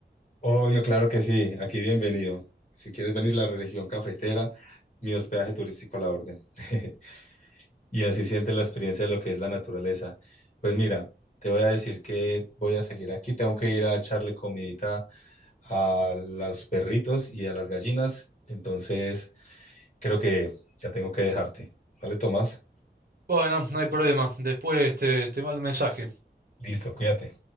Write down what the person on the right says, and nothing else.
Bueno, no hay problema. Después te, te mando un mensaje.